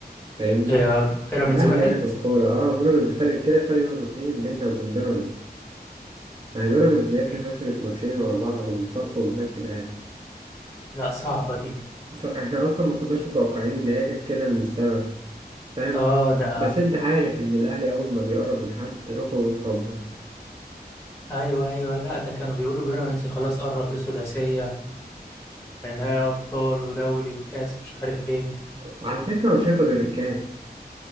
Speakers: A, on the right; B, on the left.
A: فاهمني
B: هي بيراميدز
A: الأهلي
B: وقعت
A: يعني في الكورة اه بيراميدز فرق كده فرق نقطتين بيننا وبين بيراميدز ما هي بيراميدز يا ابني
B: مم،
A: خسرت ماتشين ورا بعض من فاركو والبنك الأهلي
B: لا صعبه دي
A: ف- احنا أصلا ما كناش متوقعين إن هي جت كده من السما فاهم
B: اه ده
A: بس أنت عارف إن الأهلي أول ما بيقرب من حد ركبه بتخبط
B: ايوه ايوه لا ده كانوا بيقولوا بيراميدز خلاص قرب لثلاثيه نهائي ابطال ودوري وكاس مش عارف ايه
A: وعلى فكرة هو مش هياخد غير الكاس